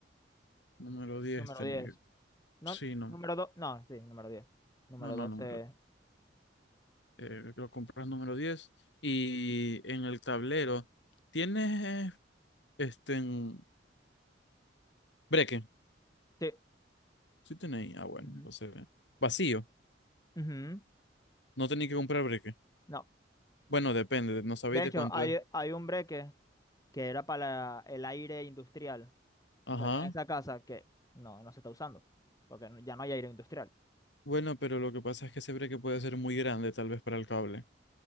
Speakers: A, on the left; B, on the left.
A: Número 10
B: Número
A: tenía
B: diez
A: que...
B: No,
A: Sí, no,
B: número dos No, sí, número diez Número
A: no, no,
B: doce
A: número 10. Eh, lo compras número diez Y en el tablero, ¿tienes este en breque?
B: Sí.
A: Sí tenéis. Ah, bueno,
B: Ujú.
A: entonces... Vacío.
B: Ujú.
A: No tenéis que comprar breque.
B: No.
A: Bueno, depende, no sabéis
B: De hecho,
A: de cuánto
B: hay,
A: es.
B: hay un breque que era para el aire industrial
A: Ajá.
B: que había en esa casa que no, no se está usando. Porque no- ya no hay aire industrial.
A: Bueno, pero lo que pasa es que ese breque puede ser muy grande, tal vez para el cable.